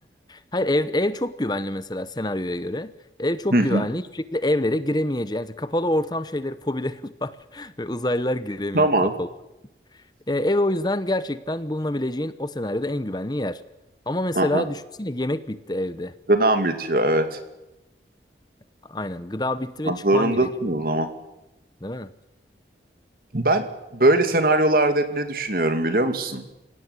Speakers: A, on the left; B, on the right.
A: Hayır ev, ev çok güvenli mesela senaryoya göre. Ev çok
B: Hı hı.
A: güvenli. Hiçbir şekilde evlere giremeyeceği. Yani kapalı ortam şeyleri, fobileri <laughs> var. Ve uzaylılar giremiyor
B: Tamam.
A: kapalı. E, ev o yüzden gerçekten bulunabileceğin o senaryoda en güvenli yer. Ama mesela
B: Aha.
A: düşünsene yemek bitti evde.
B: Gıdam bitiyor evet.
A: Aynen. Gıda bitti
B: Bak,
A: ve çıkman
B: Zorundasın
A: gerekiyor.
B: o zaman.
A: Değil mi?
B: Ben böyle senaryolarda hep ne düşünüyorum biliyor musun?